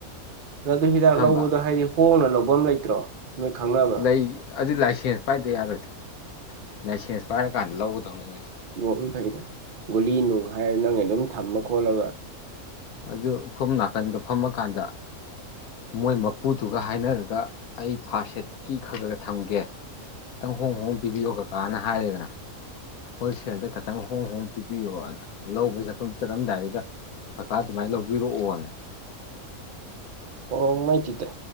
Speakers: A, on the right; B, on the left.
A: ꯑꯗꯨ ꯍꯤꯗꯥꯛ
B: ꯑꯍꯥꯟꯕ
A: ꯂꯧꯕꯗꯣ ꯍꯥꯏꯗꯤ ꯍꯣꯡꯅ ꯂꯐꯝ ꯂꯩꯇ꯭ꯔꯣ ꯅꯣꯏ ꯈꯪꯅꯕ
B: ꯂꯩ ꯑꯗꯨ ꯂꯥꯏꯁꯦꯟꯁ ꯄꯥꯏꯗ ꯌꯥꯔꯣꯏꯗ꯭ꯔꯥ ꯂꯥꯏꯁꯦꯟꯁ ꯄꯥꯏꯔꯀꯥꯟꯗ ꯂꯧꯒꯗꯧꯅꯦ ꯑꯗꯨꯗꯤ
A: ꯌꯣꯅ ꯐꯩꯗ꯭ꯔꯦ ꯒꯨꯂꯤ ꯅꯨꯡ ꯍꯥꯏꯔ ꯅꯪ ꯑꯗꯨꯝ ꯊꯝꯃ ꯈꯣꯠꯂꯒ
B: ꯑꯗꯨ ꯁꯣꯝ ꯅꯥꯀꯟꯗ ꯐꯝꯃꯀꯥꯟꯗ ꯃꯣꯏ ꯃꯄꯨꯗꯨꯒ ꯍꯥꯏꯅꯔꯒ ꯑꯩ ꯐꯥꯔ ꯁꯦꯠꯀꯤ ꯈꯔ ꯈꯔ ꯊꯝꯒꯦ ꯈꯤꯇꯪ ꯍꯣꯡ ꯍꯣꯡ ꯄꯤꯕꯤꯌꯣ ꯀꯀꯥꯅ ꯍꯥꯏꯔꯦꯗꯅ ꯍꯣꯏꯁꯦꯟꯗ ꯈꯇꯪ ꯍꯣꯡ ꯍꯣꯡ ꯄꯤꯕꯤꯌꯣꯅ ꯂꯧꯕ ꯖꯐꯝ ꯆꯠꯂꯝꯗꯥꯏꯗꯨꯗ ꯀꯀꯥ ꯑꯗꯨꯃꯥꯏꯟ ꯂꯧꯕꯤꯔꯣꯑꯣꯅ
A: ꯑꯣ ꯃꯥꯏꯇꯤꯛꯇ